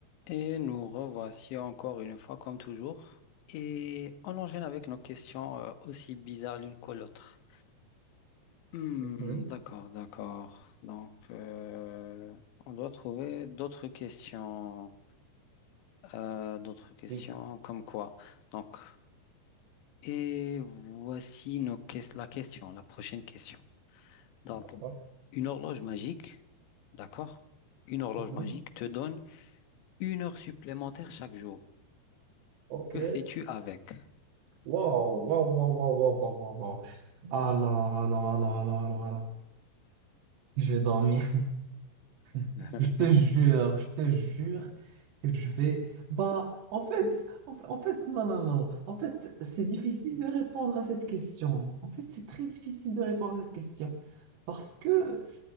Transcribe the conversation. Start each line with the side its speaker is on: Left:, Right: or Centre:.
Left: Et nous revoici encore une fois, comme toujours. Et on enchaîne avec nos questions euh, aussi bizarres l'une que l'autre. Hmm,
Right: Mhm.
Left: d'accord, d'accord. Donc, euh, on doit trouver d'autres questions. euh, d'autres questions
Right: Oui.
Left: comme quoi. Donc, et voici nos ques- la question, la prochaine question. Donc,
Right: Oh,
Left: une horloge magique, d'accord? Une horloge
Right: mhm.
Left: magique te donne une heure supplémentaire chaque jour.
Right: OK.
Left: Que fais-tu avec?
Right: Wow, wow, wow, wow, wow, wow, wow, wow. Alors, alors, alors, alors, alors, alors. Je vais dormir. <laughs>
Left: <laughs>
Right: Je te jure, je te jure que je vais. Bah, en fait, en fait, en fait, non, non, non. En fait, c'est difficile de répondre à cette question. En fait, c'est très difficile de répondre à cette question. Parce que,